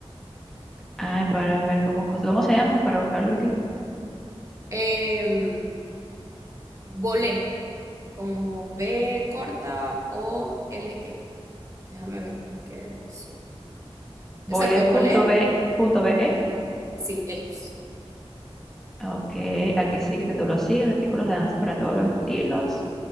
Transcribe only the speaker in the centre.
Ay, para ver cómo, cos- ¿cómo se llama? Para buscarlo aquí.
Vole.b.be.
Ok, aquí sigue que tú lo sigues. Artículos de danza para todos los estilos.